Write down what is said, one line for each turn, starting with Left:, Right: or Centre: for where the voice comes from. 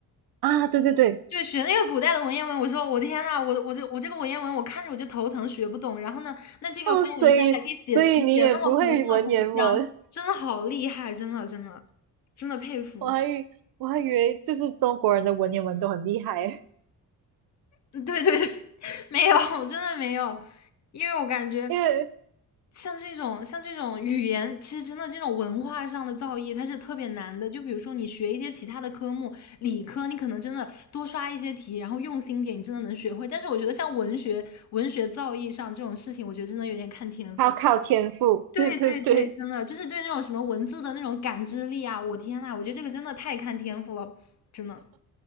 Right: 啊，对对对，
Left: 对，学那个古代的文言文，我说我天呐，我我这我这个文言文，我看着我就头疼，学不懂。然后呢，那这个方文山还可以写词，
Right: 哦，所以所以你也不会文言文，
Left: 写的那么古色古香，真的好厉害，真的真的真的佩服。
Right: <laughs> 我还以我还以为就是中国人的文言文都很厉害，<laughs>
Left: 嗯对对对，<laughs> 没有，真的没有，因为我感觉
Right: 因为
Left: 像这种像这种语言，其实真的这种文化上的造诣，它是特别难的。就比如说你学一些其他的科目，理科你可能真的多刷一些题，然后用心点，你真的能学会。但是我觉得像文学文学造诣上这种事情，我觉得真的有点看天赋。
Right: 他要靠天赋。
Left: 对对对，
Right: 对对对，
Left: 真的就是对那种什么文字的那种感知力啊，我天呐，我觉得这个真的太看天赋了，真的。